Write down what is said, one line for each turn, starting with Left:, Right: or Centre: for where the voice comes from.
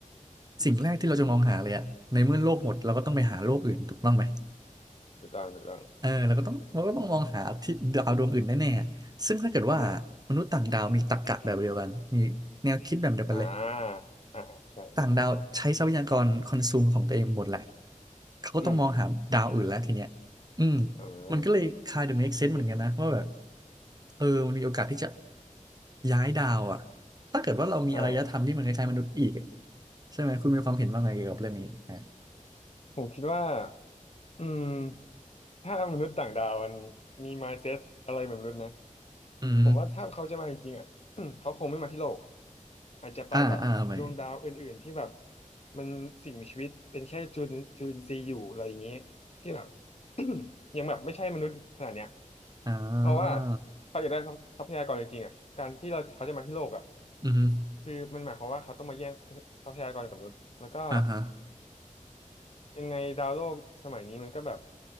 Right: สิ่งแรกที่เราจะมองหาเลยอะในเมื่อโลกหมดเราก็ต้องไปหาโลกอื่นถูกต้องไหม
Left: ถูกต้องถูกต้อง
Right: เออเราก็ต้องเราก็ต้องมองหาที่ดาวดวงอื่นแน่ๆซึ่งถ้าเกิดว่า
Left: อืม
Right: มนุษย์ต่างดาวมีตรรกะแบบเดียวกันมีแนวคิดแบบเดียวกันเลย
Left: อ่าอ่าใช่ใช่
Right: ต่างดาวใช้ทรัพยากรคอนซูมของตัวเองหมดแหละเขาก็ต้องมองหาดาวอื่นแล้วทีเนี้ย
Left: อืม
Right: อืม
Left: อ่า
Right: มันก็เลย kind of make sense เหมือนกันนะว่าแบบเออมันมีโอกาสที่จะย้ายดาวอ่ะถ้าเกิดว่าเรามีอารยธรรมที่มันคล้ายๆมนุษย์อีกอะ
Left: อ่า
Right: ใช่ไหมคุณมีความเห็นว่าไงเกี่ยวกับเรื่องนี้อ่ะ
Left: ผมคิดว่า อืมถ้ามนุษย์ต่างดาวมันมี mindset อะไรเหมือนมนุษย์นะ
Right: อืม
Left: ผมว่าถ้าเขาจะมาจริงๆอ่ะ <clears throat> เขาคงไม่มาที่โลกอาจจะไปแบบดวงดาวอื่นๆที่แบบ
Right: อ่าอ่าไป
Left: มันสิ่งมีชีวิตเป็นแค่จุลินจุลินทรีย์อยู่อะไรอย่างนี้ที่แบบ <clears throat> ยังแบบไม่ใช่มนุษย์ขนาดเนี้ย
Right: อ่า
Left: เพราะว่าเขาอยากได้ทรัพยากรจริงๆอ่ะการที่เราเขาจะมาที่โลกอ่ะ
Right: อือฮึ
Left: คือมันหมายความว่าเขาต้องมาแย่งทรัพยากรกับมนุษย์แล้วก็
Right: อ่าฮะ
Left: ยังไงดาวโลกสมัยนี้มันก็แบบ